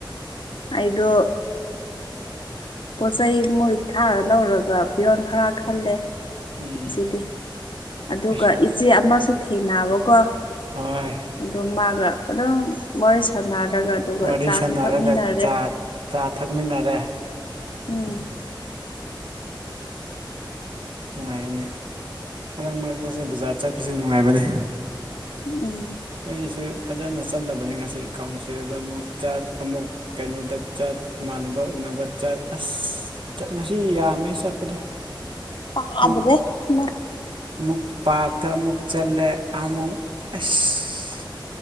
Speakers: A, on the left; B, on the right.
A: ꯑꯩꯗꯣ ꯄꯣꯠ ꯆꯩꯩ ꯃꯣꯏ ꯈꯔ ꯂꯧꯔꯒ ꯐꯤꯔꯣꯜ ꯈꯔ ꯈꯜꯂꯦ
B: ꯎꯝ
A: ꯉꯁꯤꯗꯤ ꯑꯗꯨꯒ
B: ꯑꯁ
A: ꯏꯆꯦ ꯑꯃꯁꯨ ꯊꯦꯡꯅꯕꯀꯣ
B: ꯍꯣꯏ
A: ꯑꯗꯣ ꯃꯥꯒ ꯑꯗꯨꯝ ꯋꯥꯔꯤ ꯁꯥꯟꯅꯔꯒ ꯑꯗꯨꯒ
B: ꯋꯥꯔꯤ
A: ꯆꯥꯁꯨ
B: ꯁꯥꯟꯅꯔꯒ
A: ꯊꯛꯃꯤꯟꯅꯔꯦ
B: ꯆꯥ ꯆꯥ ꯊꯛꯃꯤꯟꯅꯔꯦ
A: ꯑꯝ
B: ꯅꯨꯡꯉꯥꯏꯅꯦ ꯃꯔꯛ ꯃꯔꯛꯇꯁꯨ ꯕꯖꯥꯔ ꯆꯠꯄꯁꯦ ꯅꯨꯡꯉꯥꯏꯕꯅꯤ
A: ꯎꯝ
B: ꯑꯩꯁꯦ ꯐꯥꯖꯅ ꯆꯠꯂꯥꯕꯅꯦ ꯆꯤꯞ ꯀꯥꯎꯟꯁꯤꯜꯗ ꯑꯃꯨꯛ ꯆꯠ ꯑꯃꯨꯛ ꯀꯩꯅꯣꯗ ꯆꯠ ꯏꯃꯥꯟꯅꯕ ꯎꯅꯕ ꯆꯠ ꯑꯥꯁ ꯉꯁꯤ ꯌꯥꯝꯃꯦ ꯆꯠꯄꯗꯣ
A: ꯑꯥ
B: ꯑꯃꯨꯛ
A: ꯑꯗꯨꯗꯩ ꯏꯃꯥ
B: ꯑꯃꯨꯛ ꯄꯥꯛꯇ ꯑꯃꯨꯛ ꯆꯜꯂꯦ ꯑꯃꯨꯛ ꯑꯁ